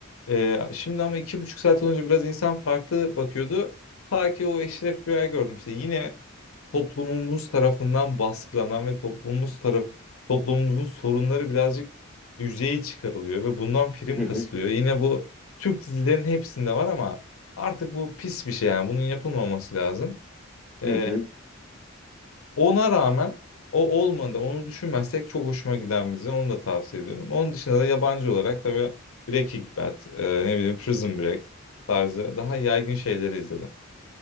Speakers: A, on the left (about 80°); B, in the centre.
A: E, şimdi ama iki buçuk saat olunca biraz insan farklı bakıyordu. Ta ki o Eşref Rüya'yı gördüm işte. Yine toplumumuz tarafından baskılanan ve toplumumuz taraf toplumumuzun sorunları birazcık yüzeye çıkarılıyor ve bundan prim
B: Hı
A: kasılıyor.
B: hı.
A: Yine bu Türk dizilerin hepsinde var ama artık bu pis bir şey yani. Bunun yapılmaması lazım. E,
B: Hı hı.
A: ona rağmen o olmadı. Onu düşünmezsek çok hoşuma giden bir dizi. Onu da tavsiye ediyorum. Onun dışında da yabancı olarak tabii Breaking Bad, e, ne bileyim Prison Break tarzı daha yaygın şeyleri izledim.